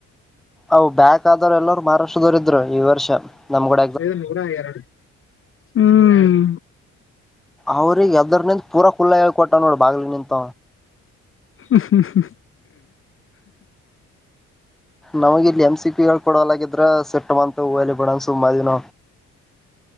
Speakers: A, in the centre; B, on the left.
A: ಅವು ಬ್ಯಾಕ್ ಆದರು ಎಲ್ಲರು ಮಹಾರಾಷ್ಟ್ರದವರ ಇದ್ರು ಈ ವರ್ಷ ನಮ್ಗಡೆ
B: ಐದು ನೂರ ಎರಡು ಹ್ಮ್
A: ಅವ್ರಗ್ ಎದರ್ ನಿಂತ ಪೂರ ಕ ಕುಲ್ಲ ಹೇಳ್ ಕೊಟ್ಟ ನೋಡಿ ಬಾಗ್ಲ ನಿಂತ
B: ಹ್ಮ್ಮ
A: ನಮ್ ಇಲ್ಲಿ ಎಂ್ ಸಿ ಪಿ ಗಳು ಕೊಡಲಾಗಿದ್ರ ಸೆಟ್ಟ ಮಂತ ತೌಲ್ಲಿ ಬಡ್ಣ ಸುಂಬ ದಿನ